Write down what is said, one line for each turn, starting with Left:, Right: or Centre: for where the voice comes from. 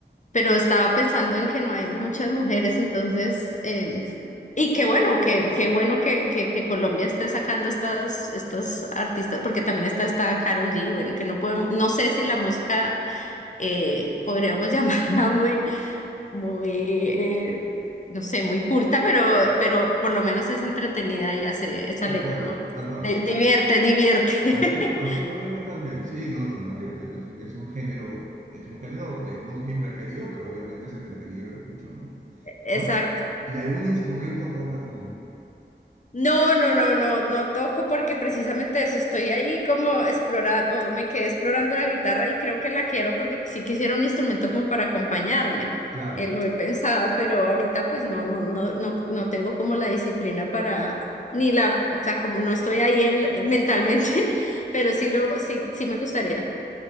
Left: pero estaba pensando en que no hay muchas mujeres, entonces, eh, y qué bueno, qué, qué bueno que, que, que Colombia esté sacando estas, estos artistas, porque también está esta Karol G, bueno, que no podemos, no sé si la música eh, podríamos <laughs> llamarla muy muy, eh, no sé, muy culta, pero, pero por lo menos es entretenida y hace, es
Right: de
Left: alegre,
Right: acuerdo,
Left: ¿no? Entonces,
Right: de acuerdo.
Left: di-
Right: O sea,
Left: divierte, divierte. <laughs>
Right: así lo, así lo veo yo también. Sí, no, no, no. Es, es un es un género, es un género que no es mi preferido, pero obviamente es entretenido y lo escucho, ¿no?
Left: Exacto.
Right: Oye, ¿y algún instrumento tocas? No.
Left: No, no, no, no, no toco porque precisamente eso estoy ahí como explorando, o me quedé explorando la guitarra y creo que la quiero porque sí quisiera un instrumento como para acompañarme.
Right: Claro.
Left: Eh, lo he pensado, pero ahorita pues no, no, no, no, no tengo como la disciplina para, ni la, o sea, como no estoy ahí en, la- mentalmente, <laughs> pero sí lo, sí, sí me gustaría.